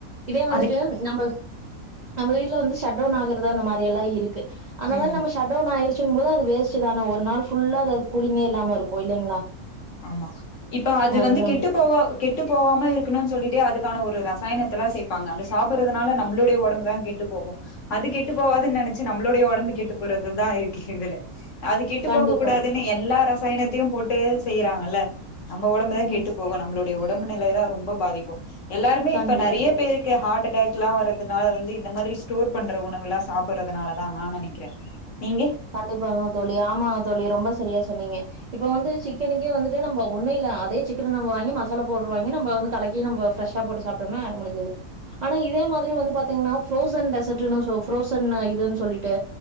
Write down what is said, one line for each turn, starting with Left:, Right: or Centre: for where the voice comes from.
Right: இதே வந்துட்டு
Left: அதுக்கு
Right: நம்ம நம்ம வீட்ல வந்து ஷட்டவுன் ஆகுறது அந்த மாரி எல்லா இருக் கு அந்த மாரி
Left: ம்
Right: நம்ம ஷட்டவுன் ஆயிரு ட்ருக்கும் போது அது வேஸ்டு தான ஒரு நாள் ஃபுல்லா அது அது கூலிங்கே இல்லாம இருக்கு இல்லைங்களா.
Left: ஆமா இப்ப அது
Right: அதுதா
Left: வந்து கெட்டு போவ கெட்டு போவாம இரு க்குனு சொல்லிட்டு அதுக்கான ஒரு ரசாயனத்தலா சேப்பாங்க அத சாப்புடுறதுனால நம்ளோடைய ஒடம்பு தா கெட்டு போகும் அது கெட்டு போவாதுனு நெனச்சு நம்ளோடைய ஒடம்பு கெட்டு போறதுதா இருக்கு இதுல. அது கெட்டு
Right: கண்டிப்பா
Left: போக கூடாதுன்னு எல்லா ரசாயனத்தையும் போட்டு. செய்றாங்கல. நம்ப ஒடம்பு தா
Right: ம்
Left: கெட்டு போகு நம்ல <unintelligible> ஒடம்பு நிலை தா ரொம்ப பாதிக்கு எல்லாருமே
Right: கண்டிப்பா
Left: இப்ப நறைய பேருக்கு ஹார்ட் அட்டாக்லா வருதுன்னா வந்து இந்த மாதிரி ஸ்டோர் பண்ற உணவுலா சாப்பட்றதுனால தா நா நெனைக்கிறே நீங்க
Right: கண்டிப்பாங்க தோழி ஆமா தோழி ரொம்ப சரியா சொன்னீங்க இப்ப வந்து சிக்கனுக்கே வந்துட்டு நம்ப ஒன்னு இல்ல அதே சிக்கன் நம்ம வாங்கி மசாலா பவுட்ரு வாங்கி நம்ம வந்து கலக்கி நம்ப ஃபிரெஷ்ஷா போட்டு சாப்ட்டம்ன்னா <unintelligible> முடிஞ்சுது. ஆனா இதே மாதிரி வந்து பாத்தீங்ன்னா ஃப்ரோஸன் டெஸர்ட்டுனு சொ ஃப்ரோஸன்னா இதுன் சொல்லிட்டு